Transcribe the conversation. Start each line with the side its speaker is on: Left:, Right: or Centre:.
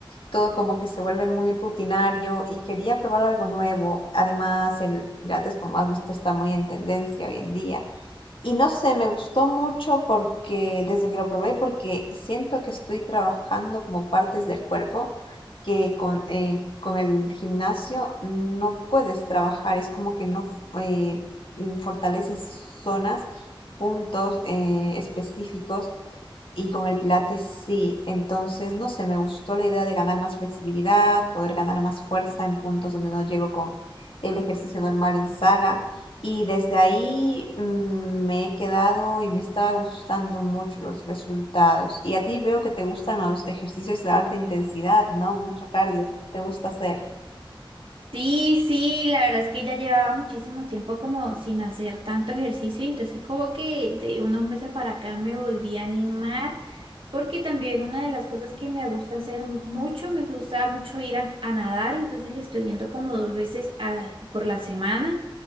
Left: todo como que se vuelve muy rutinario y quería probar algo nuevo. Además, el Pilates, como has visto, está muy en tendencia hoy en día. Y no sé, me gustó mucho porque desde que lo probé, porque siento que estoy trabajando como partes del cuerpo que con, eh, con el gimnasio no puedes trabajar, es como que no eh, mm, fortaleces zonas, puntos eh, específicos y con el pilates sí, entonces no sé, me gustó la idea de ganar más flexibilidad, poder ganar más fuerza en puntos donde no llego con el ejercicio normal en sala. Y desde ahí mm, me he quedado y me está gustando mucho los resultados. Y a ti veo que te gustan los ejercicios de alta intensidad, ¿no? Mucho cardio, te gusta hacer.
Right: Sí, sí, la verdad es que ya llevaba muchísimo tiempo como sin hacer tanto ejercicio, y entonces como que de unos meses para acá me volví a animar, porque también una de las cosas que me gusta hacer mucho, me gusta mucho ir a, a nadar, entonces estoy yendo como dos veces a- por la semana